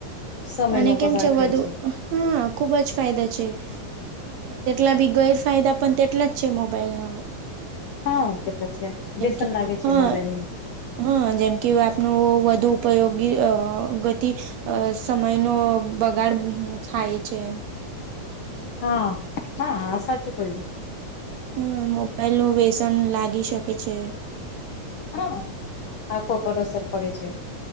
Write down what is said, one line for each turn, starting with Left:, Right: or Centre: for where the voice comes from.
Left: સમય
Right: અને
Left: નો
Right: કેમ
Left: બગાડ થાય
Right: વધુ
Left: છે.
Right: હા ખૂબ જ ફાયદા છે. અને તેટલા બી ગેરફાયદા પણ તેટલા જ છે મોબાઈલ ના.
Left: હા તે તો છે, વ્યસન
Right: કે
Left: લાગે છે
Right: હા
Left: મોબાઈલનુ.
Right: હા જેમ કે વે આપનું વધુ ઉપયોગી અહ ગતિ અહ સમય નો બગાડ થાય છે.
Left: હા, હા, આ સાચું કહ્યું.
Right: હમ્મ. મોબાઈલ નું વ્યસન લાગી શકે છે.
Left: હા. આંખો પર અસર પડે છે.